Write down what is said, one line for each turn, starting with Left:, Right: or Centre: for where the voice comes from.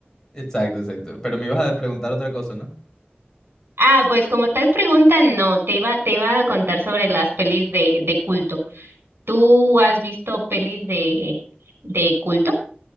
Left: Exacto, exacto. Pero me ibas a preguntar otra cosa, ¿no?
Right: Ah, pues como tal pregunta, no, te iba, te iba a contar sobre las pelis de, de culto. ¿Tú has visto pelis de, de culto?